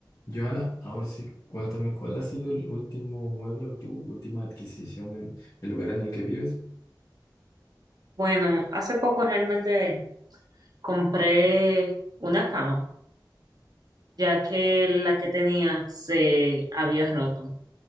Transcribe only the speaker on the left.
Joana, ahora sí, cuéntame, ¿cuál ha sido el último mueble o tu última adquisición en el lugar en el que vives?